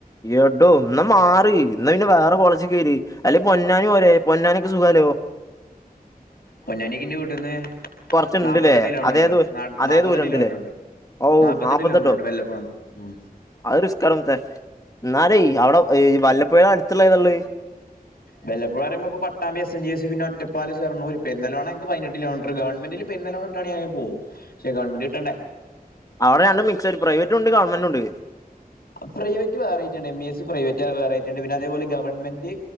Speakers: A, on the left; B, on the left.
A: എടോ എന്ന മാറ് എന്നാ പിന്നെ വേറെ കോളേജി കേറ് <unintelligible> പൊന്നാനി പോരേ പൊന്നാനിയൊക്കെ സുഖാല്ലോ
B: പൊന്നാനീക്ക് ഇന്റെ വീട്ടിന്ന്
A: കൊറച്ചുണ്ട്ല്ലേ
B: നാല്പത്തെട്ട് കിലോമീറ്റർണ്ട്
A: അതേ ദൂ അതേ
B: നാപ്പത്തി
A: ദൂരം
B: എട്ട്
A: ഉണ്ടല്ലേ
B: കിലോമീറ്റർ ഉണ്ട്
A: ഓ
B: നാൽപതെട്ട്
A: നാപ്പത്തെട്ടോ
B: കിലോമീറ്ററുണ്ട് വല്ലപ്പുഴന്ന് ഉം
A: അത് റിസ്കാണ് മുത്തേ എന്നാലേയ് അവിടെ വല്ലപ്പുഴ അടുത്തുള്ള ഏതാള്ളത്
B: വല്ലപ്പുഴ പറയുമ്പോ ഇപ്പോ Pattambi S N G S പിന്നെ ഒറ്റപ്പാലം ഷൊർണുർ പെരുന്തൽമണ്ണ ഇക്ക് പതിനെട്ട് കിലോമീറ്റർ ഗവൺെമെന്റില് പെരിന്തൽമണ്ണ കിട്ടണേൽ ഞാൻ പോവും പക്ഷെ ഗവൺമെന്റ് കിട്ടണ്ടേ
A: അവടെ രണ്ടും മിക്സ് ആയിട്ട് പ്രൈവറ്റും ഉണ്ട് ഗവണ്മെന്റും ഉണ്ട്
B: പ്രൈവറ്റ് വേറെ ആയിട്ടാണ് എം ഇ എസ് പ്രൈവറ്റ് വേറെ ആയിട്ടുണ്ട് പിന്നെ അതേപോലെ ഗവൺമെന്റ്